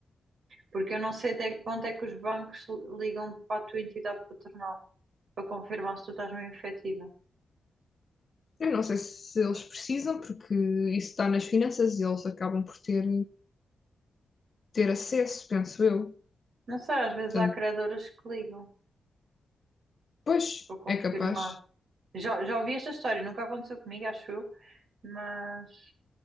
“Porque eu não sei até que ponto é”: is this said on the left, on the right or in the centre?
Right